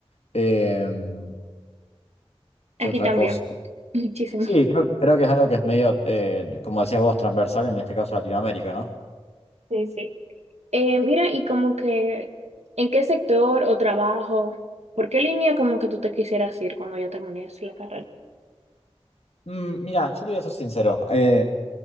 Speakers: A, on the left; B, on the right.
A: Em, ¿qué
B: Aquí
A: otra
B: también.
A: cosa?
B: Muchísimo.
A: Sí, creo, creo que es algo que es medio, eh, como decías vos, transversal, en este caso Latinoamérica, ¿no?
B: Sí, sí. Eh, mira, y como que, ¿en qué sector o trabajo? ¿Por qué línea como que tú te quisieras ir cuando ya termines la carrera?
A: Mm, mira, yo te voy a ser sincero. eh,